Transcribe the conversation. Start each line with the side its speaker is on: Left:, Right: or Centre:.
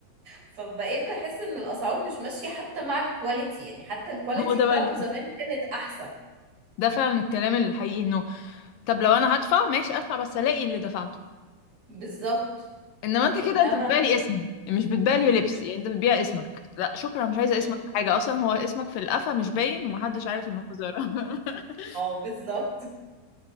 Right: فبقيت بحس ان الاسعار مش ماشية حتى مع الكواليتي يعني حتى الكواليتي
Left: هو ده
Right: بتاعته
Left: بقى ال-
Right: زمان كانت احسن
Left: ده فعلا الكلام الحقيقي انه طب لو انا هدفع ماشي ادفع بس الاقي اللي دفعته
Right: بالظبط
Left: انما انت
Right: انما
Left: كده انت بتبيع لي اسم مش بتبيع لي لبس
Right: مم.
Left: يعني انت بتبيع اسمك لا شكرا مش عايزه
Right: مم.
Left: اسمك في حاجه اصلا هو اسمك في القفا مش باين ومحدش عارف ان هو زهره <laughs>
Right: اه بالظبط